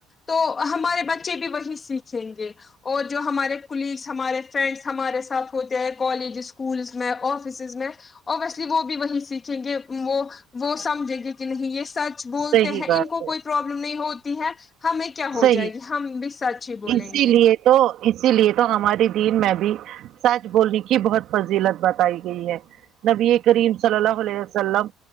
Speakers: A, on the left; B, on the right.
A: تو ہمارے بچے بھی وہی سیکھ یں گے اور جو ہمارے کلیگس ہمارے فرینڈس ہمارے ساتھ ہوتے ہیں کالج اسکول میں آفسز میں ابویسلی وہ بھی وہی سیکھیں گے وہ وہ سمجھیں گے کہ نہیں یہ سچ بولتے
B: صحیح
A: ہیں
B: بات
A: ان کوئی
B: ہے
A: پروابلم نہیں ہوتی ہے ہمیں کیا ہو
B: صحیح
A: جائے گی ہم بھی سچ ہی بولیں
B: اسی
A: گے
B: لیے تو اسی لیے تو ہمارے دین میں بھی سچ بولنے کی بہت فضیلت بتائی گئی ہے نبی کریم صلی اللہ علیہ وسلم